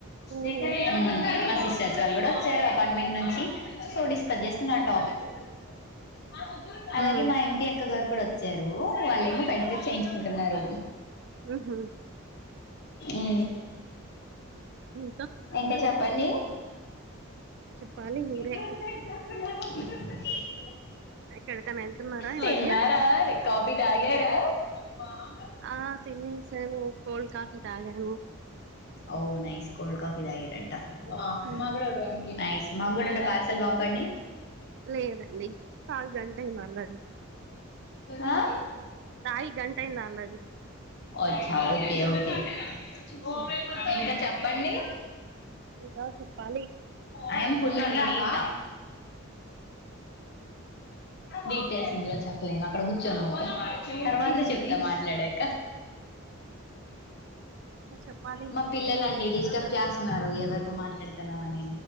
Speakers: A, on the right; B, on the left.
A: హుహు.
B: <unintelligible> మా శిష్యా <unintelligible> కాాలగడ <unintelligible> వచ్చారా అపార్ట్మెంట్ నుంచి సో డిస్కస్ చేస్తున్న ఆ టాపిక్ అ <inaudible> అలాగే
A: హ్మ్.
B: మా ఎంపీ అక్కగారు ఇప్పుడు వచ్చారు వాళ్ళేమో పెడిక్యూర్ చేయించుకుంటున్నారు
A: ఆహ
B: ఉ
A: ఇంకా
B: ఇంకా చెప్ పన్న
A: చెప్పాలి మీరే.
B: <unintelligible>
A: ఎక్కడికైనా ఎళ్తున్నారా ఈ
B: తిన్నారా
A: మధ్య?
B: కాఫీ తాగార అరి బా <unintelligible>
A: ఆ తినేసాము కోల్డ్ కాఫీ తాగాము
B: ఓ నైస్ కోల్డ్ కాఫీ దాగిరండి వావ్
A: హ్మ్.
B: మాకూడా ఒకటి పంపీ నైస్ మాకు కూడా అంట పార్సల్ పంపండి
A: లేదండి తాగి గంటయింది ఆల్రెడీ
B: ఆ
A: తాగి గంటయింది ఆల్రెడీ.
B: అచ్చా ఓకే ఓకే లా <unintelligible> ట్
A: యాహ్!
B: <inaudible> ఇంకా చెప్పండి
A: ఇంకా చెప్పాలి.
B: ఆఐ పునా <unintelligible> డీటెయిల్స్ ఇందులో చెప్పలేను అక్కడ కూర్చో నువ్వు తర్వాత చెప్తా మాట్లాడాక
A: అప్ప <unintelligible>
B: మా పిల్లలండి డిస్టర్బ్ చేస్తున్నారు ఎ ఎవరితో మాట్లాడుతునావ్ అని